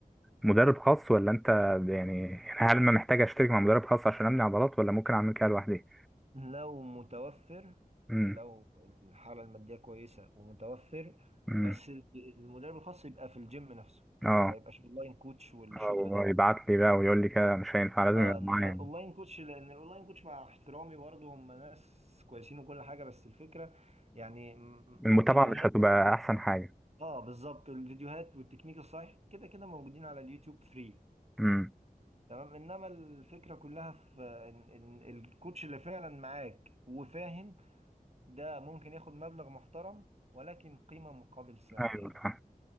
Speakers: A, in the centre; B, on the right.
A: مدرب خاص ولا أنت يعني يعني هل ما محتاج أشترك مع مدرب خاص عشان أبني عضلات ولا ممكن أعمل كده لوحدي؟
B: لو متوفر
A: مم.
B: لو الحالة المادية كويسة ومتوفر
A: مم.
B: وبس المدرب الخاص يبقى في الجيم نفسه
A: أه
B: يعني ما يبقاش اونلاين كوتش والشغل
A: أو
B: ده
A: يبعت لي بقى ويقول لي كده مش هينفع لازم
B: اه
A: يبقى
B: انما
A: معايا يعني
B: الاونلاين كوتش لان الاونلاين كوتش مع احترامي برضه هم ناس كويسين وكل حاجة بس الفكرة يعني م-
A: المتابعة
B: م- فيديوهات
A: مش هتبقى
B: بت-
A: أحسن حاجة
B: اه بالظبط الفيديوهات والتكنيك الصحيح كده كده موجودين على اليوتيوب فري
A: مم.
B: تمام انما الفكرة كلها في إن إن الكوتش اللي فعلا معاك وفاهم ده ممكن ياخد مبلغ محترم ولكن قيمة مقابل سعر
A: أيوه
B: يعني
A: صح